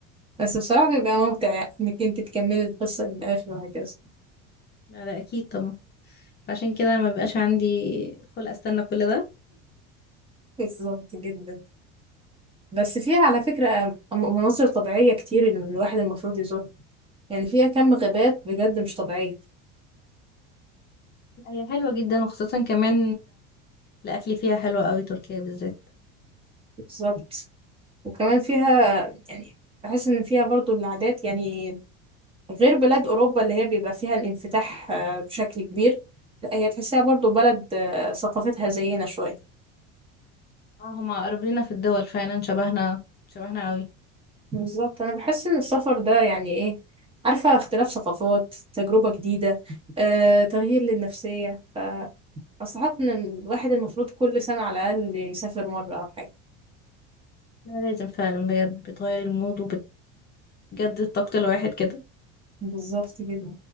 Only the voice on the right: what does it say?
بس بصراحة بيبقى ممتع يعني انك انت تكملي القصة للآخر وهكذا
بالظبط جدا بس فيها على فكرة م- مناظر طبيعية كتير إن الواحد المفروض يزورها يعني فيها كم غابات بجد مش طبيعية
بالظبط وكمان فيها يعني بحس ان فيها برضو العادات يعني غير بلاد اوروبا اللي هي بيبقى فيها الانفتاح آه، بشكل كبير لا هي تحسها برضو بلد آه، ثقافتها زينا شوية
بالظبط انا بحس ان السفر ده يعني ايه عارفه اختلاف ثقافات تجربه جديده آه، تغيير للنفسيه فاستحق ان الواحد المفروض كل سنه على الاقل يسافر مره او حاجه
بالظبط كده